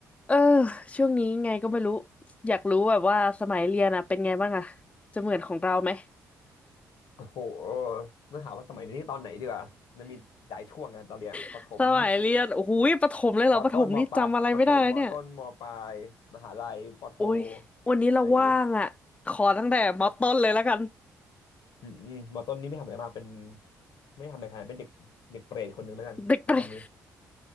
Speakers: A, on the left; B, on the left.
A: เออช่วงนี้ไงก็ไม่รู้อยากรู้แบบว่าสมัยเรียนอะเป็นไงบ้างอะจะเหมือนของเราไหม
B: โอ้โหต้องถามว่าสมัยนี้ตอนไหนดีกว่ามันมีหลายช่วงนะตอนเรียนอะประถม
A: <laughs> สมัยเรียนโอ้โหประถมเลยเหรอประถมนี่จำอะไรไม่ได้แล้วเนี่ย
B: มต้นมปลายประถมมต้นมปลายมหาลัยปโท
A: โอ้ยวันนี้เราว่างอะขอตั้งแต่มอต้นเลยแล้วกัน
B: อะไรอย่างงี้อืมอืมมต้นนี่ไม่ทำอะไรมากเป็นไม่ทำอะไรขนาดนั้นเป็นเด็กเด็กเปรตคนหนึ่งแล้วกันใช้คำนี้
A: เด็กเปรต